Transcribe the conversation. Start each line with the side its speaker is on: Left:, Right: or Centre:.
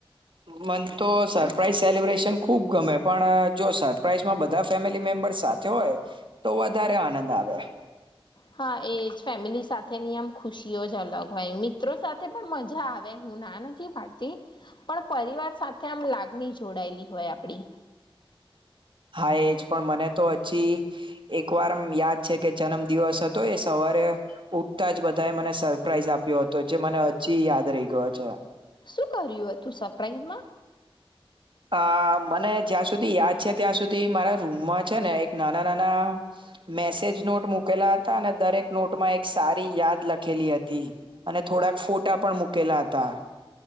Right: મન તો સરપ્રાાઈઝ સેલિબ્રેશન ખુબ ગમે પણ જો સરપ્રાાઈઝમાં બધા ફેમિલી મેમ્બર્સ સાથે હોય તો વધારે આનંદ આવે
Left: હા એજ ફેમિલી સાથેની આમ ખુશીઓ જ અલગ હોય મિત્રો સાથે પણ મજા આવે હું ના નથી પાડતી પણ પરિવાર સાથે આમ લાગણી જોડાયેલી હોય આપડી
Right: હા એજ પણ મને તો હજી એક વાર યાદ છે કે જન્મદિવસ હતો એ સવારે ઉઠતા જ બધાએ મને સરપ્રાાઈઝ આપ્યો હતો જે મને હજી યાદ રહી ગયો છે
Left: શું કર્યું તું સરપ્રાઈઝમાં
Right: આ મને જ્યાં સુધી યાદ છે ત્યાં સુધી મારા રૂમમાં છે ને એક નાના નાના મેસેજ નોટ મૂકેલા હતા અને દરેક નોટમાં એક સારી યાદ લખેલી હતી અને થોડાક ફોટા પણ મૂકેલા હતા